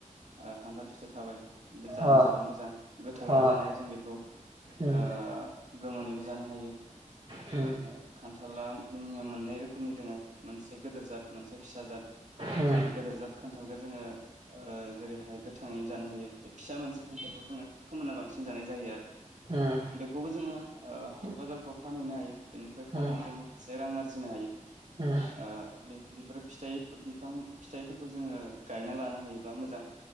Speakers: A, on the right; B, on the right.
A: ओ खान्थाल फिथाइ थाबाय बे जानो
B: अ
A: जबोद मोजां गोथाङै
B: अ
A: जानाय जों बेखौ आ
B: उम
A: गोमोनैबो जानो हायो ओ
B: उम
A: खानथाला जोंनिया मोननै रोखोमनि दोङो मोनसे गोदोर जाथ मोनसे फिसा जाद
B: उम
A: जोङो
B: उम
A: गोदोर जाद खानथा थालखौ जोङो ओ जेरैहाय गोथाङैनो जानो हायो बे फिसा मोनसे खानथालखौ जोङो फोमोनना बांसिन जानाय जायो आरो
B: उम
A: बेखौबो जोङो ओ बाजारफ्राव फानहैनो हायो बेनिफ्राय
B: उम
A: फानायजों जों माखासे रां आरजि जिनो हायो ओ
B: उम
A: बेफोर फिथाइ बिफां फिथाइफोरखौ जोङो गायना लानो हायोब्ला मोजां